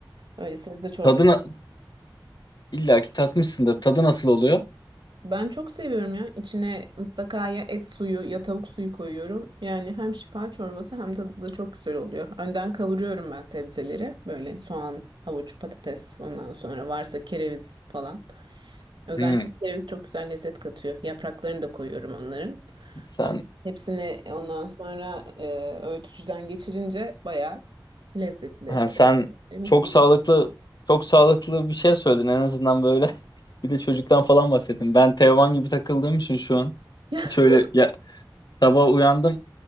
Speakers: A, on the right (about 70°); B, on the left (about 55°).
A: Öyle sebze çorbası.
B: Tadına illa ki tatmışsındır. Tadı nasıl oluyor?
A: Ben çok seviyorum ya. İçine mutlaka ya et suyu ya tavuk suyu koyuyorum. Yani hem şifa çorbası hem tadı da çok güzel oluyor. Önden kavuruyorum ben sebzeleri. Böyle soğan, havuç, patates, ondan sonra varsa kereviz falan. Özellikle
B: Hı.
A: kereviz çok güzel lezzet katıyor. Yapraklarını da koyuyorum onların.
B: Sen
A: Böyle. Hepsini ondan sonra e, öğütücüden geçirince bayağı lezzetli.
B: ha, sen
A: E, Mis
B: çok
A: gibi.
B: sağlıklı çok sağlıklı bir şey söyledin en azından böyle. <laughs> Bir de çocuktan falan bahsettin. Ben Teoman gibi takıldığım için şu an
A: <laughs>
B: hiç öyle ya sabah uyandım.